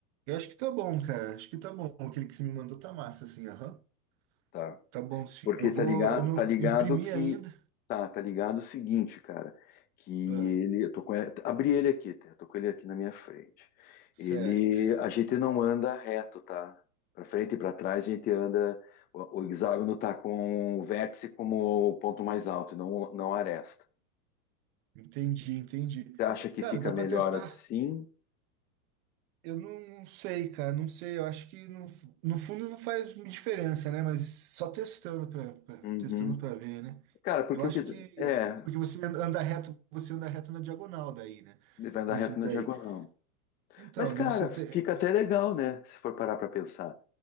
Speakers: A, on the right (about 35°); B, on the left (about 20°).
A: Eu acho que tá bom, cara. Acho que tá bom. Aquele que você me mandou tá massa, assim, aham.
B: Tá.
A: Tá bom, sim.
B: Porque
A: Eu vou.
B: tá ligado,
A: Eu não
B: tá ligado
A: imprimi
B: que.
A: ainda.
B: Tá, tá ligado o seguinte, cara. Que
A: Ah,
B: ele. Eu tô com ele, abri ele aqui, tá? Eu tô com ele aqui na minha frente.
A: certo.
B: Ele. A gente não anda reto, tá? Pra frente e pra trás a gente anda. O, o hexágono tá com o vértice como o ponto mais alto, e não, não a aresta.
A: Entendi, entendi.
B: Você acha que
A: Cara,
B: fica
A: dá
B: melhor
A: pra testar.
B: assim?
A: Eu não sei, cara. Não sei. Eu acho que no, no fundo não faz diferença, né? Mas só testando pra, pra-
B: Uhum.
A: testando pra ver, né?
B: Cara, porque
A: Eu acho
B: o que.
A: que.
B: É,
A: Porque você an- anda reto, você anda reto na diagonal daí, né?
B: ele vai andar
A: Nesse
B: reto
A: daí.
B: na diagonal.
A: Então,
B: Mas, cara,
A: devo você
B: fica
A: ter.
B: até legal, né? Se for parar para pensar.